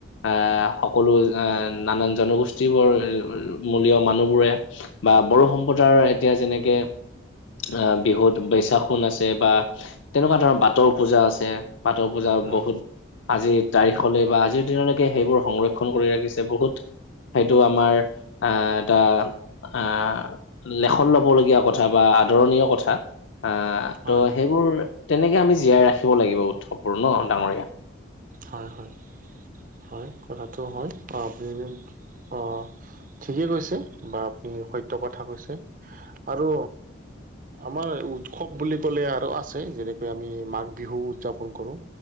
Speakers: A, on the left; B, on the right.
A: আহ সকলো এ নানান জনগোষ্ঠীবোৰ মূলীয় মানুহবোৰে বা বড়ো সম্প্ৰদায়ৰ এতিয়া যেনেকে আহ বিহুত বৈশাখোন আছে বা তেনেকুৱা ধৰণৰ বাথৌ পূজা আছে। বাথৌ পূজা
B: হয়
A: বহুত আজিৰ তাৰিখলৈ বা আজিৰ দিনলৈকে সেইবোৰ সংৰক্ষণ কৰি ৰাখিছে বহুত সেইটো আমাৰ আহ এটা আহ লেখত ল'ব লগীয়া কথা বা আদৰণীয় কথা আহ
B: হয়
A: ত' সেইবোৰ তেনেকে আমি জীয়াই ৰাখিব লাগিব উৎসৱবোৰ ন' ডাঙৰীয়া?
B: হয় হয়, হয় কথাটো হয়। অহ আপুনি অহ। ঠিকেই কৈছে বা আপুনি সত্য কথা কৈছে আৰু আমাৰ উৎসৱ বুলি ক'লে আৰু আছে। যেনেকৈ আমি মাঘ বিহু উদযাপন কৰোঁ।